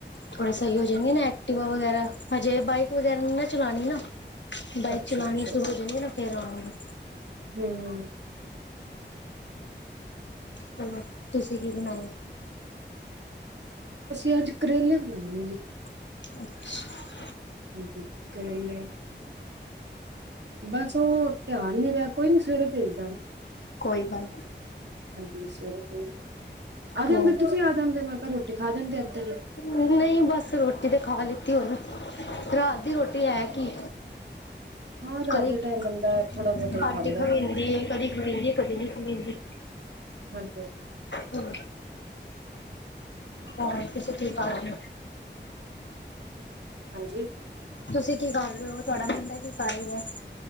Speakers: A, on the left; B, on the right.
A: ਥੋੜੇ ਸਹੀ ਹੋ ਜਾਣਗੇ, ਨਾ ਐਕਟੀਵਾ ਵਗੈਰਾ, ਹਜੇ ਬਾਈਕ ਵਗੈਰਾ ਨੀ ਨਾ ਚਲਾਣੀ ਨਾ ਬਾਈਕ
B: ਅੱਛਾ
A: ਚਲਾਣੀ
B: ਅੱਛਾ
A: ਸ਼ੁਰੂ ਹੋ ਜਾਂਣਦੀ ਨਾ, ਫੇਰ ਆਵਾਂਗੇ।
B: ਹੂੰ
A: ਚਲੋ, ਤੁਸੀਂ ਕੀ ਬਣਾਈ?
B: ਅਸੀਂ ਅੱਜ, ਕਰੇਲੇ ਬਣਾਏ ਨੇ ਜੀ।
A: ਅੱਛ
B: ਹਾਂਜੀ, ਕਰੇਲੇ। ਬੱਸ। ਉਹ, ਧਿਆਨ ਨੀ ਰਿਹਾ, ਕੋਈ ਨੀ ਸਵੇਰੇ ਭੇਜ ਦਿਆਂਗੇ।
A: ਕੋਈ ਗੱਲ
B: ਹਾਂਜੀ। ਸਵੇਰੇ ਤੇ ਆ ਜਾਂਦੇ,
A: ਹੋਰ
B: ਤੁਸੀਂ ਆ ਜਾਂਦੇ ਮੈਂ ਘਰ ਖਾ ਜਾਂਦੇ ਇੱਧਰ ਹੀ
A: ਨਹੀਂ ਬੱਸ ਰੋਟੀ ਤੇ ਖਾ ਲਿੱਤੀ, ਉਹਨ ਰਾਤ ਦੀ
B: ਹੀ
A: ਰੋਟੀ ਹੈ ਕੀ
B: ਹਾਂ ਰਾਤ
A: ਕਦੀ
B: ਦੇ
A: ਘੱਟ
B: ਟਾਈਮ ਬੰਦਾ ਥੋੜਾ ਬਹੁਤਾ ਹੀ ਖਾਂਦਾ
A: ਖਾਇਦੀ
B: ਹੈ।
A: ਏ, ਕਦੀ ਖਾਹੂੰਦੀ ਕਦੀ ਨਹੀ ਖਾਦੀ
B: <inaudible>
A: ਹੂੰ ਹਾਂ, ਤੁਸੀਂ ਕੀ ਕਰ ਰੇ, ਓਂ?
B: ਹਾਂਜੀ।
A: ਤੁਸੀਂ ਕੀ ਕਰ ਰਹੇ ਹੋ, ਤੁਹਾਡਾ ਮੁੰਡ ਕੀ ਕਰ ਰਿਹਾ?